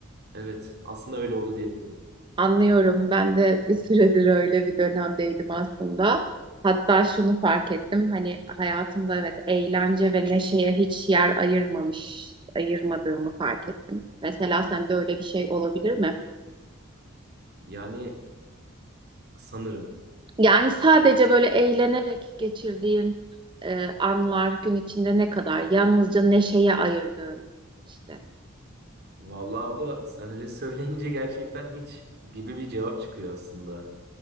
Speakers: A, on the right; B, on the right.
A: evet aslında öyle oldu diyebilirim.
B: Anlıyorum. Ben de bir süredir öyle bir dönemdeydim aslında. Hatta şunu fark ettim. Hani hayatımda evet eğlence ve neşeye hiç yer ayırmamış, ayırmadığımı fark ettim. Mesela sende öyle bir şey olabilir mi?
A: Yani sanırım.
B: Yani sadece böyle eğlenerek geçirdiğin e, anlar gün içinde ne kadar? Yalnızca neşeye ayırdığın işte.
A: Vallahi abla sen öyle <laughs> söyleyince gerçekten hiç gibi bir cevap çıkıyor aslında.